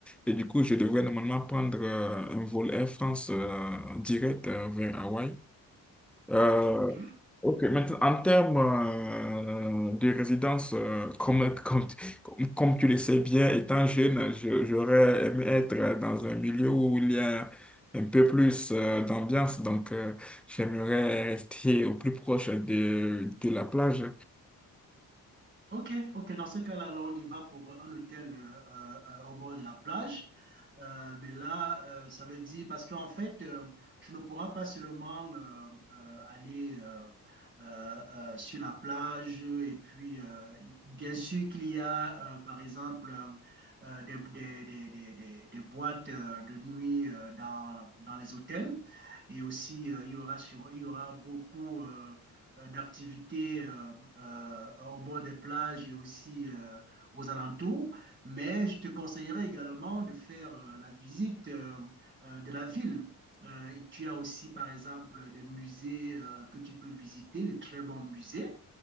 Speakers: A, in the centre; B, on the right.
A: Et du coup, je devrais normalement prendre euh, un vol Air France euh, direct euh, vers Hawaï. Euh,
B: OK.
A: Ok, maintenant, en termes euh, de résidence, euh, comme, <laughs> comme, comme, comme tu le sais bien, étant jeune, je- j'aurais aimé être dans un milieu où il y a un peu plus euh, d'ambiance, donc euh, j'aimerais rester au plus proche de, de la plage.
B: Ok, ok. Dans ce cas-là, alors on y va pour un hôtel euh, euh, euh, au bord de la plage. Euh, mais là, euh, ça veut dire, parce qu'en fait, euh, tu ne pourras pas seulement euh, euh, aller euh, euh, euh, sur la plage. Et puis, euh, il- bien sûr qu'il y a, euh, par exemple, euh, euh, des, des, des, des, des- des boîtes euh, de nuit euh, dans, dans les hôtels. Et aussi, euh, il y aura, sur, il y aura beaucoup euh, euh, d'activités euh, euh, au bord des plages et aussi euh, aux alentours. Mais je te conseillerais également de faire euh, la visite euh, euh, de la ville. Euh, tu as aussi, par exemple, des musées euh, que tu peux visiter, de très bons musées.